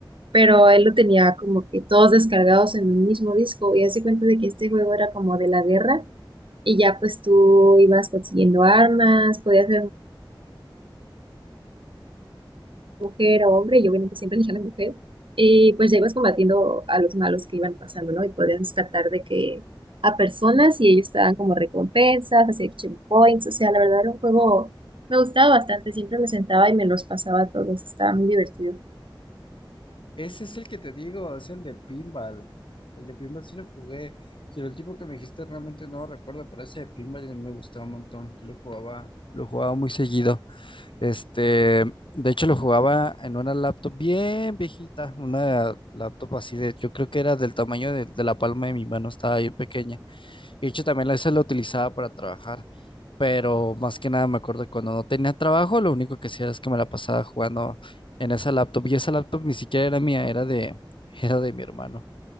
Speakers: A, on the right (about 75°); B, on the left (about 75°).
A: pero él lo tenía como que todos descargados en un mismo disco y hace cuenta de que este juego era como de la guerra y ya pues tú ibas consiguiendo armas, podías mujer a hombre y obviamente siempre elegían a la mujer. Y pues ya ibas combatiendo a los malos que iban pasando, ¿no? Y podías rescatar de que a personas y ellos te dan como recompensas, hacía action points o sea, la verdad era un juego, me gustaba bastante, siempre me sentaba y me los pasaba a todos, estaba muy divertido.
B: Ese es el que te digo, es el de pinball. El de pinball sí lo jugué. Si el tipo que me dijiste realmente no lo recuerdo, pero ese de pinball ya me gustaba un montón. Yo lo jugaba, lo jugaba muy seguido. Este, de hecho lo jugaba en una laptop bien viejita, una laptop así de, yo creo que era del tamaño de, de la palma de mi mano, estaba bien pequeña. Y De hecho, también a veces lo utilizaba para trabajar, pero más que nada me acuerdo que cuando no tenía trabajo, lo único que hacía es que me la pasaba jugando en esa laptop y esa laptop ni siquiera era mía, era de, <laughs> era de mi hermano.